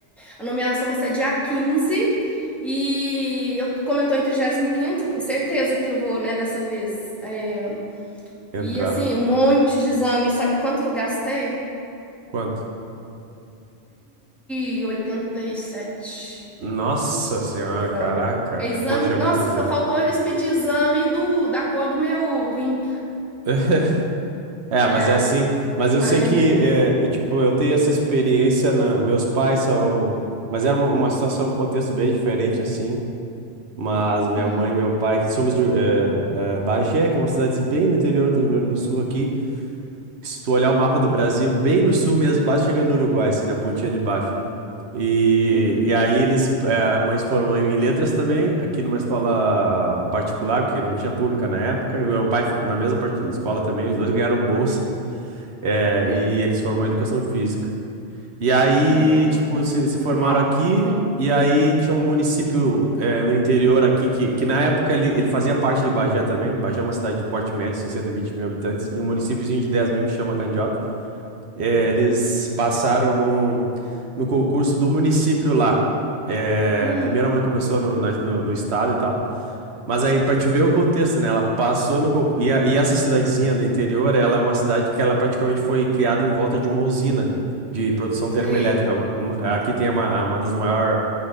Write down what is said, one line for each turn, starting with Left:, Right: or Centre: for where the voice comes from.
Centre: A nomeação vai sair dia quinze E eu, como eu tô em 35º, com certeza que eu vou, né, dessa vez. É,
Right: entrar.
Centre: E assim, um monte de exame. Sabe quanto que eu gastei?
Right: Quanto?
Centre: 2.087
Right: Nossa senhora,
Centre: fazer exame.
Right: caraca.
Centre: Exame,
Right: Poxa,
Centre: nossa,
Right: é muito exame.
Centre: só faltou eles pedir exame do, da cor do meu rim.
Right: <laughs> É,
Centre: É,
Right: mas é assim. Mas eu
Centre: aí
Right: sei que,
Centre: é muito.
Right: é, é, tipo, eu tenho essa experiência. Na... Meus pais são. Mas era uma, uma situação, um contexto bem diferente, assim. Mas minha
Centre: Uhum,
Right: mãe e meu pai, que somos de é, é, Bagé, que é uma cidade bem no interior do Rio Grande do Sul aqui. Se tu olhar o mapa do Brasil, bem no sul mesmo, quase chegando no Uruguai, assim, na pontinha de baixo. E,
Centre: uhum.
Right: e aí eles, é, a mãe se formou em em letras também, aqui numa escola particular, porque não tinha pública na época, e o meu pai fo- na mesma parte
Centre: uhum.
Right: da escola também, os dois ganharam bolsa, é,
Centre: Sei.
Right: e eles se formou em educação física. E aí,
Centre: Ah,
Right: tipo, se, se formaram
Centre: legal.
Right: aqui,
Centre: Ah,
Right: e aí tinha um município, é, no interior aqui, que, que na época ele, ele fazia parte de Bagé também, Bagé é uma cidade de porte médio, assim, 120 mil habitantes, e um municípiozinho de 10 mil que chama Candiota. É, eles
Centre: uhum.
Right: passaram no, no concurso do município lá. É,
Centre: Hum,
Right: primeiro a mãe começou no, na- no, no estado e tal. Mas aí, para te ver o contexto, né? Ela passou no concurso. E, a- e essa cidadezinha do interior, ela é uma cidade que ela praticamente foi criada em volta de uma usina de produção
Centre: sei.
Right: termoelétrica. Hum, Aqui tem uma, uma das maiores